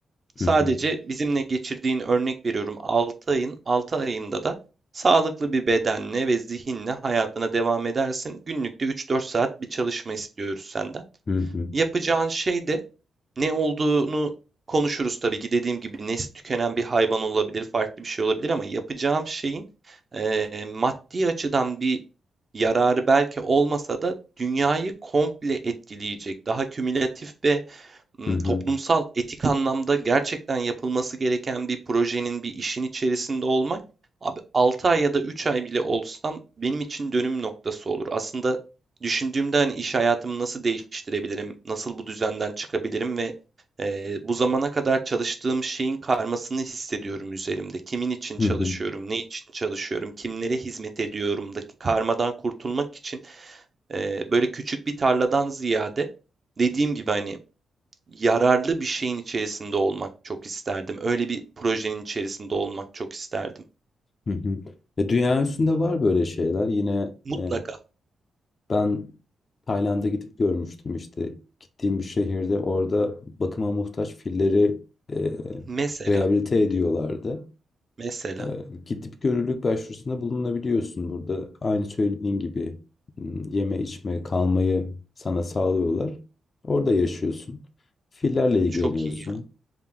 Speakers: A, on the right; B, on the left.
A: Sadece
B: hı hı,
A: bizimle geçirdiğin örnek veriyorum Altı ayın altı ayında da sağlıklı bir bedenle ve zihinle hayatına devam edersin. Günlükte üç dört saat bir çalışma istiyoruz senden.
B: hı hı,
A: Yapacağın şey de ne olduğunu konuşuruz tabii ki. Dediğim gibi nesli tükenen bir hayvan olabilir, farklı bir şey olabilir ama yapacağım şeyin eee, maddi açıdan bir yararı belki olmasa da dünyayı komple etkileyecek, daha kümülatif ve m,
B: hı hı,
A: toplumsal etik anlamda gerçekten yapılması gereken bir projenin, bir işin içerisinde olmak, abi 6 ay ya da 3 ay bile olsam benim için dönüm noktası olur. Aslında düşündüğümde hani iş hayatımı nasıl değiştirebilirim, nasıl bu düzenden çıkabilirim ve eee, bu zamana kadar çalıştığım şeyin karmasını hissediyorum üzerimde. Kimin için
B: hı
A: çalışıyorum,
B: hı,
A: ne için çalışıyorum, kimlere hizmet ediyorumdaki karmadan kurtulmak için eee, böyle küçük bir tarladan ziyade dediğim gibi hani yararlı bir şeyin içerisinde olmak çok isterdim. Öyle bir projenin içerisinde olmak çok isterdim.
B: hı hı. E, dünya üstünde var böyle şeyler. Yine
A: Mutlaka.
B: e, Ben Tayland'a gidip görmüştüm işte. Gittiğim bir şehirde orada bakıma muhtaç filleri e,
A: Mesela,
B: rehabilite ediyorlardı.
A: mesela
B: E, gidip görürlük başvurusunda bulunabiliyorsun burada. Aynı söylediğin gibi m, yeme içme kalmayı sana sağlıyorlar. Orada yaşıyorsun. Fillerle ilgileniyorsun.
A: çok iyi ya,